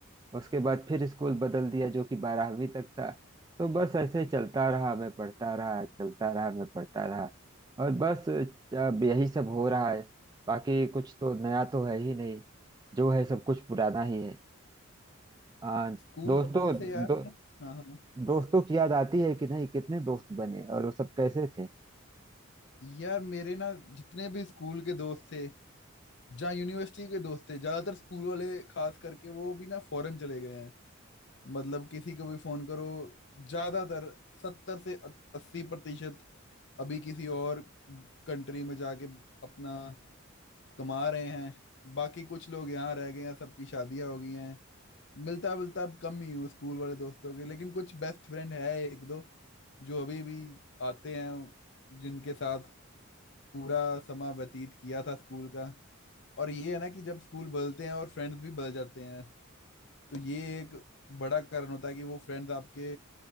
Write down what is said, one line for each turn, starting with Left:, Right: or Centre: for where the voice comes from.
Right: उसके बाद फिर स्कूल बदल दिया जो कि बारहवीं तक था तो बस ऐसे चलता रहा मैं पढ़ता रहा चलता रहा मैं पढ़ता रहा और बस अब यही सब हो रहा है बाकी कुछ तो नया तो है ही नहीं जो है सब कुछ पुराना ही है आ,
Left: स्कूल
Right: दोस्तों
Left: बदलने से यार
Right: दो,
Left: ना हाँ हाँ
Right: दोस्तों की याद आती है कि नहीं कितने दोस्त बने और वो सब कैसे थे
Left: यार मेरे ना जितने भी स्कूल के दोस्त थे जहाँ यूनिवर्सिटी के दोस्त थे ज्यादातर स्कूल वाले खास करके वो भी ना फॉरेन चले गए हैं मतलब किसी को भी फोन करो ज्यादातर सत्तर से अस्सी प्रतिशत अभी किसी और कंट्री में जाके अपना कमा रहे हैं बाकी कुछ लोग यहाँ रह गए हैं सबकी शादियां हो गई हैं मिलता मिलता अब कम ही हूँ स्कूल वाले दोस्तों के लेकिन कुछ बेस्ट फ्रेंड है एक दो जो अभी भी आते हैं जिनके साथ पूरा समय व्यतीत किया था स्कूल का और ये है ना कि जब स्कूल बदलते हैं और फ्रेंड्स भी बदल जाते हैं तो ये एक बड़ा कारण होता है कि वो फ्रेंड्स आपके